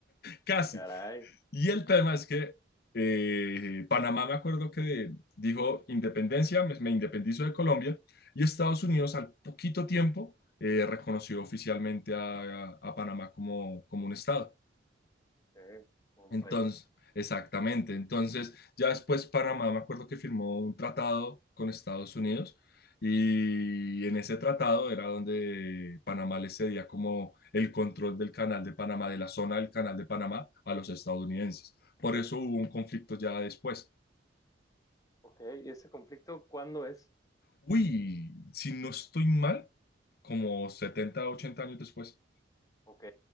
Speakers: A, on the left (about 50°); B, on the left (about 20°).
A: casi.
B: caray,
A: Y el tema es que eh, Panamá, me acuerdo que dijo independencia, me, me independizo de Colombia, y Estados Unidos al poquito tiempo eh, reconoció oficialmente a, a- a Panamá como, como un estado.
B: eh, un
A: Entonces,
B: país.
A: exactamente. Entonces, ya después Panamá, me acuerdo que firmó un tratado con Estados Unidos y en ese tratado era donde Panamá le cedía como el control del canal de Panamá, de la zona del canal de Panamá a los estadounidenses. Por eso hubo un conflicto ya después.
B: Ok, ¿y ese conflicto cuándo es?
A: Uy, si no estoy mal, como 70, 80 años después.
B: Ok,